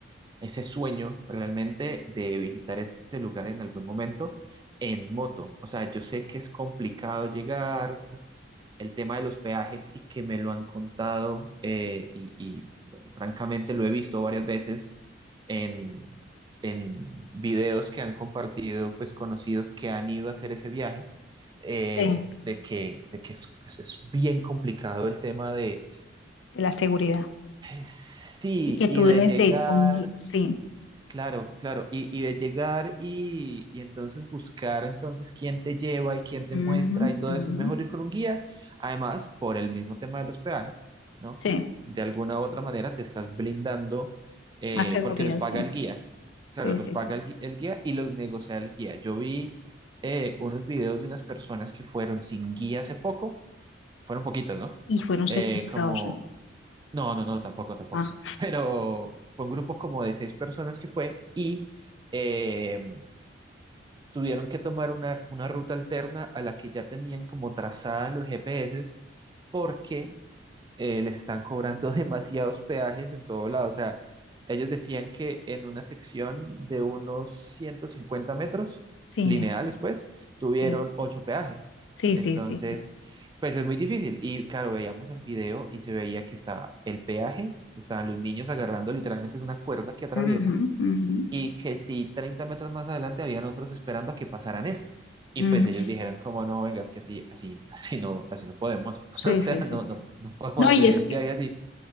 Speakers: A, on the right (about 25°); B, on the left (about 80°).
A: ese sueño realmente de visitar ese lugar en algún momento en moto. O sea, yo sé que es complicado llegar, el tema de los peajes sí que me lo han contado eh, y, y, francamente lo he visto varias veces en, en videos que han compartido pues conocidos que han ido a hacer ese viaje. eh,
B: sí,
A: de que, de que es, pues, es bien complicado el tema de
B: de la seguridad.
A: sí
B: Y que tú
A: y de
B: debes
A: llegar
B: de ir con guía, sí,
A: Claro, claro. Y, y de llegar y, y entonces buscar entonces quién te lleva y quién te
B: ujú,
A: muestra y todo
B: ujú,
A: eso, es mejor ir con un guía. Además, por el mismo tema de los peajes, ¿no?
B: Sí,
A: De alguna u otra manera te estás blindando eh,
B: más seguridad,
A: porque los paga
B: sí,
A: el guía. Claro,
B: sí,
A: los
B: sí,
A: paga
B: sí.
A: el, gui- el guía y los negocia el guía. Yo vi eh, unos videos de unas personas que fueron sin guía hace poco, fueron poquitas, ¿no?
B: Y fueron
A: Eh,
B: secuestrados,
A: como
B: ¿no?
A: no, no, no, tampoco, tampoco.
B: Ah,
A: <laughs> Pero fue un grupo como de seis personas que fue y eh, tuvieron que tomar una, una ruta alterna a la que ya tenían como trazada en los GPS porque, eh, les están cobrando <laughs> demasiados peajes en todo lado. O sea, ellos decían que en una sección de unos 150 metros
B: sí,
A: lineales, pues, tuvieron
B: sí.
A: ocho peajes.
B: Sí,
A: Entonces,
B: sí, sí, sí.
A: pues es muy difícil. Y claro, veíamos el video y se veía que estaba el peaje, estaban los niños agarrando literalmente es una cuerda que atraviesan
B: Ujú, ujú,
A: y que si 30 metros más adelante habían otros esperando a que pasaran este. Y
B: ujú.
A: pues ellos dijeron, como no, venga, es que así, así, <laughs> así no, así no podemos.
B: Sí,
A: <laughs> O sea,
B: sí, sí.
A: no, no, no podemos
B: No,
A: hacer
B: y es
A: el
B: que,
A: viaje así.